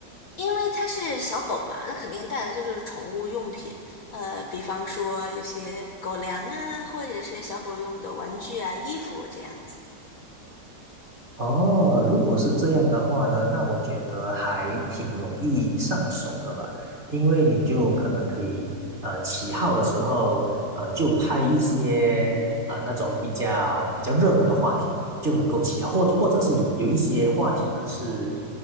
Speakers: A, on the left; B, on the right.
A: 因为它是小狗嘛，那肯定带的就是宠物用品，呃，比方说这些狗粮啊，或者是小狗用的玩具啊、衣服这样子。
B: 哦，如果是这样的话呢，那我觉得还挺容易上手的吧，因为你就可能可以，呃，起号的时候，呃，就拍一些啊、呃那种比较比较热门的话题，就能够起号，或或者是有有一些话题呢是，